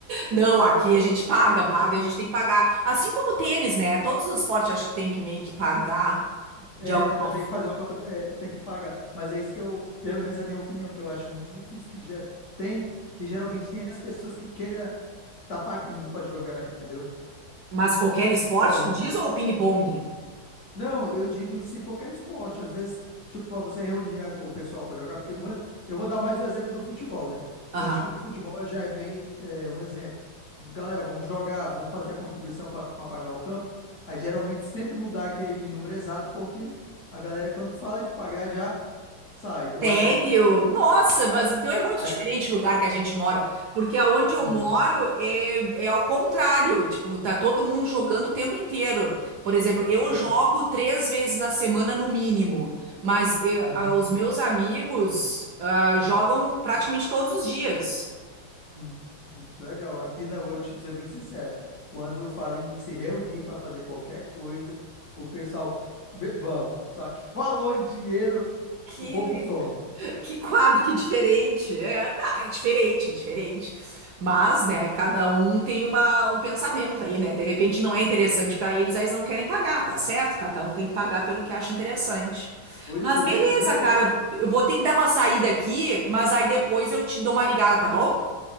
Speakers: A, on the right; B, on the left.
A: Não, aqui a gente paga, paga, a gente tem que pagar. Assim como o tênis, né? Todos os esportes eu acho que tem que meio que pagar
B: É,
A: de alguma
B: tá- tem que fazer uma contra... é, tem que pagar. Mas é isso que eu, pelo menos é a minha opinião, que eu acho muito difícil, que já tem, que geralmente tem as pessoas que queira tá pagando para jogar, entendeu?
A: Mas qualquer esporte,
B: Bom,
A: tu diz, ou ping-pong?
B: Não, eu digo em si qualquer esporte. Às vezes, tipo, pra você reunir a- o pessoal para jogar, porque um ex- eu vou dar mais o exemplo do futebol, né?
A: Aham.
B: Eu acho que do futebol já é meio é, um exemplo. Galera, vamos jogar, vamos fazer a contribuição para pagar o campo. Aí geralmente sempre não dá aquele número exato, porque a galera, quando fala de pagar, já sai. Eu
A: Sério?
B: acho que é por isso também.
A: Nossa,
B: que-
A: mas então é muito
B: Acho...
A: diferente o lugar que a gente mora, porque aonde eu
B: Uhum,
A: moro é, é ao contrário, tipo, tá todo mundo jogando o tempo inteiro. Por exemplo, eu
B: é.
A: jogo três vezes na semana no mínimo, mas eh,
B: Uhum.
A: ah, os meus amigos ah, jogam praticamente todos os dias.
B: Hum, Legal. Aqui, né, eu vou te- ser bem sincero. Quando eu falo em se reunir para fazer qualquer coisa, o pessoal, "Be- vamos. Só que falou em dinheiro,
A: Que
B: o povo some.
A: Que quadro, que diferente. É, tá, é diferente, é diferente. Mas, né, cada um tem uma, um pensamento aí, né? De repente não é interessante pra eles, aí eles não querem pagar, tá certo? Cada um tem que pagar pelo que acha interessante.
B: Por
A: Mas
B: por
A: beleza,
B: isso mesmo que
A: cara,
B: eu.
A: eu vou ter que dar uma saída aqui, mas aí depois eu te dou uma ligada, tá bom?